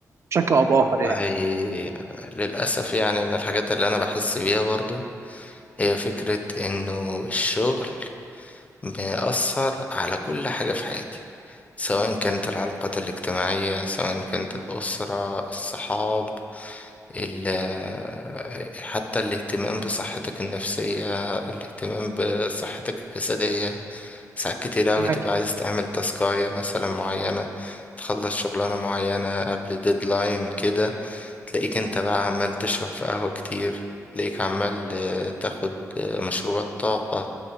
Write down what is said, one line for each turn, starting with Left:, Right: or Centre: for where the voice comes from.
Right: بشكل او باخر
Left: والله
Right: يعني
Left: للأسف يعني من الحاجات اللي انا بحس بيها برضه هي فكرة انه الشغل بيأثر على كل حاجة في حياتي سواء كانت العلاقات الاجتماعية سواء كانت الأسرة الصحاب ال- <hesitation> حتى الاهتمام بصحتك النفسية الاهتمام بصحتك الجسدية ساعات كتير أوي
Right: معاك
Left: تبقى عايز تعمل تاسكاية مثلا معينة تخلص شغلانة معينة قبل ديدلاين كده تلاقيك انت بقى عمال تشرب في قهوة كتير تلاقيك عمال آه، تاخد آه، مشروبات طاقة